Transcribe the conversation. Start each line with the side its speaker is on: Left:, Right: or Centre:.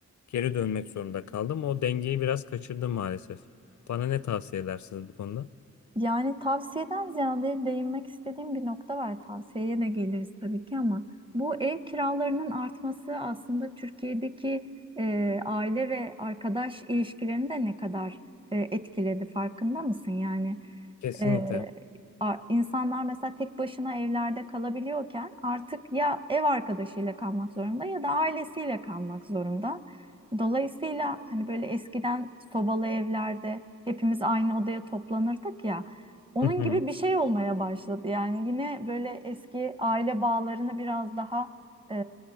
Left: geri dönmek zorunda kaldım. O dengeyi biraz kaçırdım maalesef. Bana ne tavsiye edersiniz bu konuda?
Right: Yani tavsiyeden ziyade değinmek istediğim bir nokta var. Tavsiyeye de geliriz tabii ki ama bu ev kiralarının artması aslında Türkiye'deki e, aile ve arkadaş ilişkilerini de ne kadar e, etkiledi farkında mısın? Yani
Left: Kesinlikle.
Right: e, a- insanlar mesela tek başına evlerde kalabiliyorken artık ya ev arkadaşıyla kalmak zorunda ya da ailesiyle kalmak zorunda. Dolayısıyla hani böyle eskiden sobalı evlerde hepimiz aynı odaya toplanırdık ya. Onun
Left: Hı hı.
Right: gibi bir şey olmaya başladı. Yani yine böyle eski aile bağlarını biraz daha e,